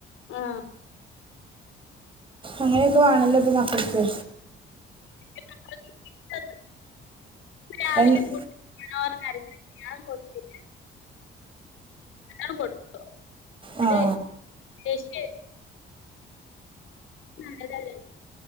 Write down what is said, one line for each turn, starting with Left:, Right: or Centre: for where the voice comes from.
Left: ആഹ്
Right: അങ്ങനെയൊക്കെ വേണല്ലോ ഇപ്പൊ മക്കക്ക്
Left: <inaudible> ഇന്ന് രാവിലെ
Right: എൻ-
Left: <unintelligible> കൊ കൊടുക്കുവ
Right: ആ
Left: അത് ടേസ്റ്റ് - നല്ലതല്ലേ